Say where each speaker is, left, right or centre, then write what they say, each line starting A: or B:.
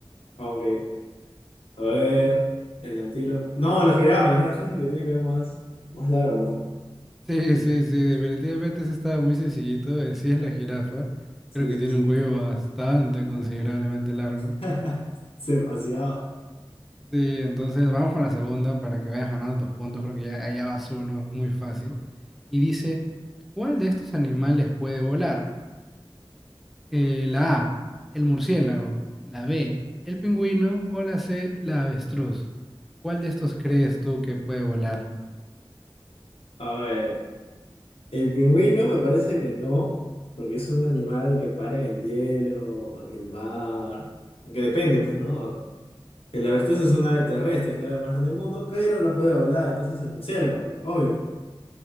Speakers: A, on the left; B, in the centre.
A: aunque, a ver, el antílope. No, la jirafa, la jirafa es el que tiene que ver más, más largo, ¿no?
B: Sí, sí, sí, definitivamente ese está muy sencillito. eh, sí es la jirafa,
A: Sí,
B: creo que
A: sí,
B: tiene
A: sí.
B: un cuello bastante considerablemente largo.
A: <laughs> Se paseaba.
B: Sí, entonces vamos con la segunda para que vayas ganando tus puntos. Creo que ya, allá vas uno, muy fácil. Y dice, ¿cuál de estos animales puede volar? Eh, la A, el murciélago, la B, el pingüino o la C, la avestruz. ¿Cuál de estos crees tú que puede volar?
A: A ver, el pingüino me parece que no, porque es un animal que para en el hielo, en el mar. Que depende, pues, ¿no? El avestruz es una ave terrestre, es la ave más grande del mundo, pero no puede volar, entonces es murciélago, obvio.